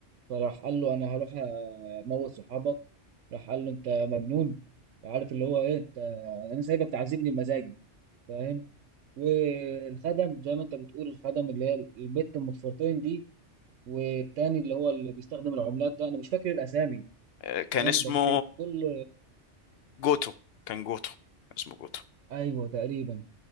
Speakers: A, on the right; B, on the left.
A: فراح قال له انا هروح اموت صحابك راح قال له انت مجنون عارف اللي هو ايه انت انا سايبك تعذبني بمزاجي فاهم والخدم زي ما انت بتقول الخدم اللي هي البت ام ضفيرتين دي والتاني اللي هو اللي بيستخدم العملات ده انا مش فاكر الاسامي
B: آه، كان
A: فاهم
B: اسمه
A: بس كل
B: جوتو كان جوتو اسمه جوتو
A: ايوه تقريبا